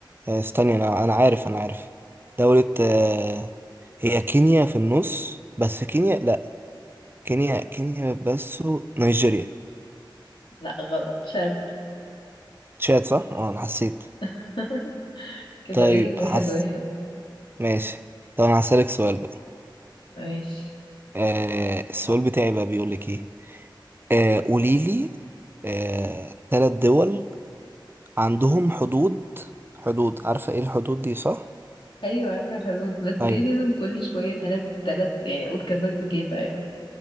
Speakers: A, on the right; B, on the left.
A: آه، استني انا انا عارف انا عارف دولة آه هي كينيا في النص بس كينيا لا كينيا كينيا بس نيجيريا
B: لا غلط تشاد
A: تشاد صح اه انا حسيت
B: <laughs> كده
A: طيب
B: ايه واحد
A: حس
B: واحد
A: ماشي طب انا هسألك سؤال بقى
B: ماشي
A: آه السؤال بتاعي بقى بيقول لك ايه آه قولي لي آه ثلاث دول عندهم حدود حدود عارفة ايه الحدود دي صح؟
B: ايوه عارفة الحدود بس
A: ايوه
B: ليه لازم كل شوية تلات تلات يعني اقول كذا اجابة يعني